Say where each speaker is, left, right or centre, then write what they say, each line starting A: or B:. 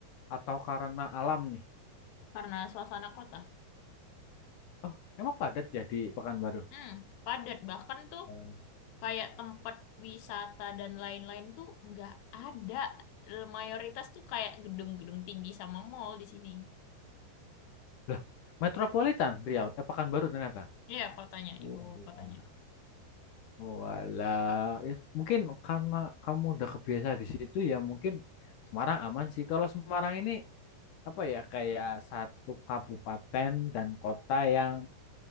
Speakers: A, on the left; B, on the left.
A: atau karena alam nih.
B: karena suasana kota.
A: Oh, emang padat ya di Pekanbaru?
B: Hmm, padat. Bahkan tuh
A: Oh,
B: kayak tempat wisata dan lain-lain tuh nggak ada. Mayoritas tuh kayak gedung-gedung tinggi sama mall di sini.
A: Loh, metropolitan Riau, eh Pekanbaru ternyata.
B: Iya, kotanya,
A: oh,
B: ibu
A: iya.
B: kotanya.
A: Walah, eh, mungkin karena kamu udah kebiasa di situ ya mungkin Semarang aman sih. Kalau Semarang ini apa ya kayak satu kabupaten dan kota yang